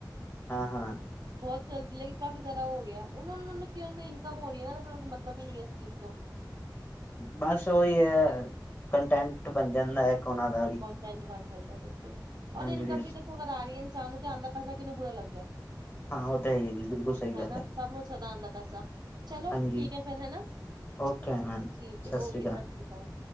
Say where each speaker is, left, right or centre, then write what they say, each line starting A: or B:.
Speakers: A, on the left (about 25°); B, on the right (about 65°).
A: ਹਾਂ-ਹਾਂ।
B: ਬਹੁਤ ਜਲਦੀ ਲੇਕਿਨ ਕਾਫ਼ੀ ਜਾਦਾ ਓ ਹੋ ਗਿਆ, ਓਨੂੰ ਕੀ ਓਦੀ ਇਨਕਮ ਹੋ ਰਹੀ ਐ ਨਾ ਮਤਲਬ ਹੀ ਨੀਂ ਐ ਏਸ ਚੀਜ ਨਾਲ।
A: ਬਸ ਉਹੀ ਹੈ, ਕੰਟੈਂਟ ਬਣ ਜਾਂਦਾ ਇੱਕ ਉਹਨਾਂ ਦਾ ਵੀ
B: ਕੰਟੈਂਟ ਬਣ ਜਾਂਦਾ ਬਿਲਕੁਲ,
A: ਹਾਂਜੀ
B: ਇਨਕਮ ਦੇਖੋ ਆ ਰਹੀ ਐ ਇਨਸਾਨ ਨੂੰ ਤੇ ਆਂਦਾ ਪੈਸਾ ਕਿਹਨੂੰ ਬੁਰਾ ਲੱਗਦਾ ਐ। <inaudible>
A: ਹਾਂ ਉਹ ਤਾਂ ਹੈ ਹੀ ਜੀ ਬਿਲਕੁਲ ਸਹੀ ਗੱਲ
B: ਹੈ ਨਾ ਸਭ ਨੂੰ ਸਧਾ ਆਉਂਦਾ ਪੈਸਾ ਚਲੋ
A: ਹਾਂਜੀ
B: ਠੀਕ ਹੈ ਫੇਰ ਹੇਨਾ,
A: ਓਕੇ
B: <inaudible>
A: ਮੈਮ
B: ਠੀਕ ਹੈ
A: ਸ਼੍ਰੀ
B: ਓਕੇ ਸਤਿ ਸ੍ਰੀ ਅਕਾਲ।